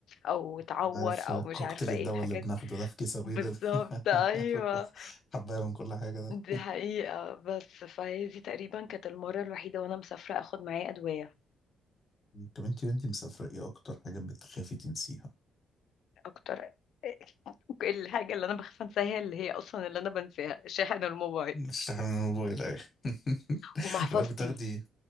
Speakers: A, on the left; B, on the left.
A: او اتعور
B: أنا عارف
A: او مش
B: كوكتيل
A: عارفه
B: الدواء
A: ايه الحاجات
B: اللي بناخده
A: دي
B: ده في كيس أبيض
A: بالظبط
B: ده <laughs>
A: ايوه
B: عارف حباية من كل حاجة ده
A: دي حقيقه بس فهي دي تقريبا كانت المره الوحيده وانا مسافره اخد معايا ادويه
B: طب انتي وانتي مسافرة ايه أكتر حاجة بتخافي تنسيها؟
A: اكتر <laughs> الحاجه اللي انا بخاف انساها اللي هي اصلا اللي انا بنساها شاحن الموبايل
B: بتستحمي من الموبايل أيوة الموبايل
A: ومحفظتي
B: <laughs> بتاخدي